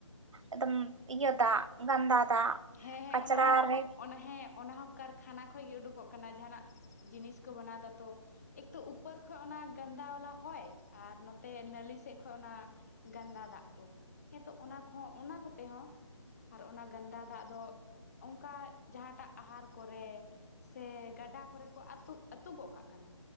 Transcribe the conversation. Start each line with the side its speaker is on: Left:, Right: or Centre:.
Right: ᱮᱫᱚᱢ ᱤᱭᱟᱹ ᱫᱟᱜ ᱜᱟᱱᱫᱟ ᱫᱟᱜ
Left: ᱦᱮᱸ ᱦᱮᱸ
Right: ᱠᱟᱪᱲᱟ
Left: ᱚᱱᱟ ᱦᱚᱸ
Right: ᱨᱮ
Left: ᱚᱱᱟ ᱦᱮᱸ ᱚᱱᱟ ᱦᱚᱸ ᱠᱟᱨᱠᱷᱟᱱᱟ ᱠᱷᱚᱡ ᱜᱮ ᱩᱰᱩᱠᱚᱜ ᱠᱟᱱᱟ ᱡᱟᱦᱟᱱᱟᱜ ᱡᱤᱱᱤᱥ ᱠᱚ ᱵᱮᱱᱟᱣ ᱫᱟ ᱛᱚ ᱾ ᱮᱠ ᱛᱚ ᱩᱯᱚᱨ ᱠᱷᱚᱡ ᱚᱱᱟ ᱜᱟᱱᱫᱟ ᱵᱟᱞᱟ ᱦᱚᱭ ᱟᱨ ᱱᱚᱛᱮ ᱱᱟᱹᱞᱤ ᱥᱮᱫ ᱠᱷᱚᱡ ᱚᱱᱟ ᱜᱟᱱᱫᱟ ᱫᱟᱜ ᱠᱚ ᱦᱮᱸ ᱛᱚ ᱚᱱᱟ ᱠᱚᱦᱚᱸ ᱚᱱᱟ ᱠᱚᱛᱮ ᱦᱚᱸ ᱟᱨ ᱚᱱᱟ ᱜᱟᱱᱫᱟ ᱫᱟᱜ ᱫᱚ ᱚᱱᱠᱟ ᱡᱟᱦᱟᱴᱟᱜ ᱟᱦᱟᱨ ᱠᱚᱨᱮ ᱥᱮ ᱜᱟᱰᱟ ᱠᱚᱨᱮ ᱠᱚ ᱟᱹᱛᱩ ᱟᱹᱛᱩ ᱜᱚᱜ ᱠᱟᱜ ᱠᱟᱱᱟ